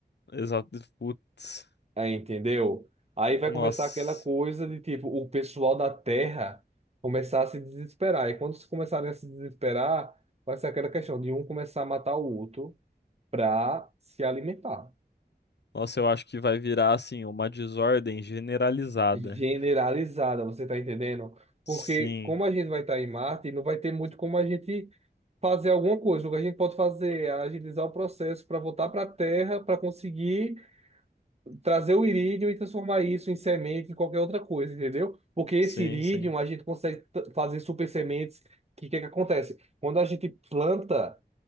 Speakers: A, on the left; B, on the right.
A: exato. Putz,
B: Aí, entendeu? Aí vai
A: nossa.
B: começar aquela coisa de tipo, o pessoal da Terra começar a se desesperar. E quando se começarem a se desesperar, vai ser aquela questão de um começar a matar o outro para se alimentar.
A: Nossa, eu acho que vai virar assim, uma desordem generalizada.
B: Generalizada, você tá entendendo? Porque
A: Sim,
B: como a gente vai estar em Marte, não vai ter muito como a gente fazer alguma coisa. O que a gente pode fazer é agilizar o processo para voltar para a terra, para conseguir trazer o irídio e transformar isso em semente, em qualquer outra coisa, entendeu? Porque esse
A: sim,
B: irídio
A: sim.
B: a gente consegue t- fazer super sementes. Que que é que acontece? Quando a gente planta